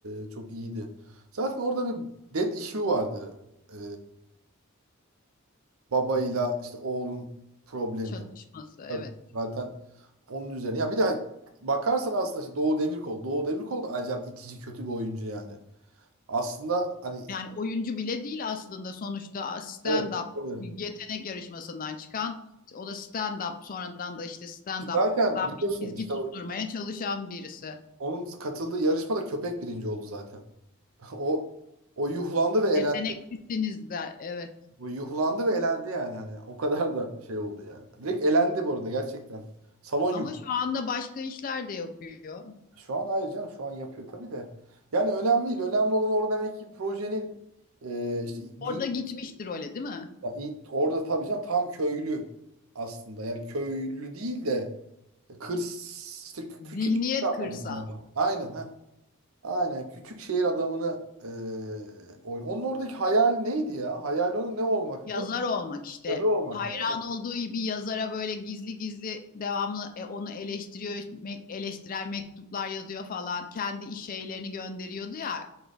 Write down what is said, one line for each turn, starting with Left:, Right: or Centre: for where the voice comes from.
Right: e, çok iyiydi. Zaten orada bir dead issue vardı. E, babayla işte oğlun problemi.
Left: Çatışması
Right: Tabii.
Left: evet.
Right: Zaten onun üzerine. Ya bir de bakarsan aslında işte Doğu Demirkol. Doğu Demirkol da acayip itici kötü bir oyuncu yani. Aslında hani
Left: Yani oyuncu bile değil aslında sonuçta stand-up
Right: Evet. tabii.
Left: yetenek yarışmasından çıkan o da stand-up sonradan da işte stand-up'tan
Right: Zaten biliyorsun
Left: bir çizgi
Right: işte
Left: tutturmaya
Right: o-
Left: çalışan birisi.
Right: onun katıldığı yarışmada köpek birinci oldu zaten. <laughs> O o yuhlandı ve elendi.
Left: Yeteneklisiniz de evet.
Right: Bu yuhlandı ve elendi yani hani o kadar da şey oldu yani. Direkt elendi bu arada gerçekten. Salon yuh.
Left: Ama şu anda başka işler de yapıyor.
Right: Şu an hayır canım şu an yapıyor tabii de. Yani önemli değil. Önemli olan orada demek ki projenin e, işte
Left: Orada
Right: bir,
Left: gitmiştir öyle değil mi?
Right: yani orada tabii canım tam köylü aslında. Yani köylü değil de kır işte
Left: Zihniyet
Right: küçük adam
Left: kırsal.
Right: yani. Aynen ha. Aynen küçük şehir adamını eee oyun. Onun oradaki hayal neydi ya? Hayal onun ne olmaktı?
Left: Yazar olmak işte.
Right: Yazar olmak
Left: Hayran
Right: değil mi?
Left: olduğu bir yazara böyle gizli gizli devamlı e, onu eleştiriyor, me- eleştirel mektuplar yazıyor falan. Kendi iş şeylerini gönderiyordu ya.